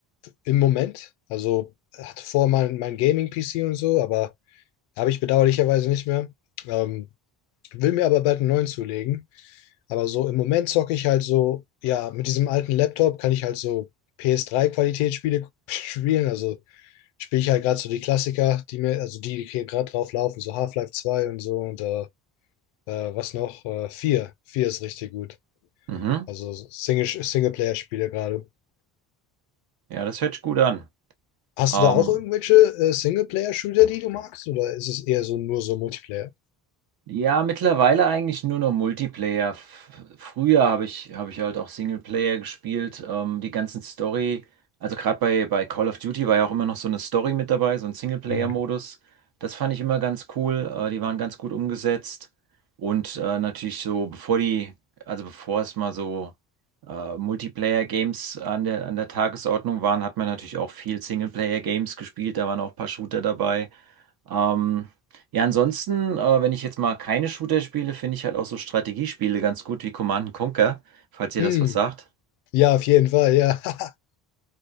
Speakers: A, on the left (about 75°); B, on the right (about 45°).
A: im Moment. Also hatte vorher mal mein Gaming-PC und so, aber Habe ich bedauerlicherweise nicht mehr. Ähm, will mir aber bald einen neuen zulegen. Aber so im Moment zocke ich halt so, ja, mit diesem alten Laptop kann ich halt so PS3-Qualitätsspiele <laughs> spielen. Also spiele ich halt gerade so die Klassiker, die mir, also die, die hier gerade drauf laufen, so Half-Life 2 und so und äh, äh, was noch? Äh, vier 4 ist richtig gut.
B: Mhm.
A: Also Single, Singleplayer-Spiele gerade.
B: Ja, das hört sich gut an.
A: Hast
B: Ähm,
A: du da auch irgendwelche äh, Singleplayer-Shooter, die du magst? Oder ist es eher so nur so Multiplayer?
B: ja, mittlerweile eigentlich nur noch Multiplayer. F früher habe ich, habe ich halt auch Singleplayer gespielt. Ähm, die ganzen Story, also gerade bei, bei Call of Duty war ja auch immer noch so eine Story mit dabei, so ein Singleplayer-Modus.
A: Hm.
B: Das fand ich immer ganz cool. Äh, die waren ganz gut umgesetzt. Und äh, natürlich so, bevor die, also bevor es mal so äh, Multiplayer-Games an der, an der Tagesordnung waren, hat man natürlich auch viel Singleplayer-Games gespielt. Da waren auch ein paar Shooter dabei. Ähm, ja, ansonsten, äh, wenn ich jetzt mal keine Shooter spiele, finde ich halt auch so Strategiespiele ganz gut wie Command and Conquer, falls ihr
A: Hm.
B: das was sagt.
A: Ja, auf jeden Fall, ja. <laughs>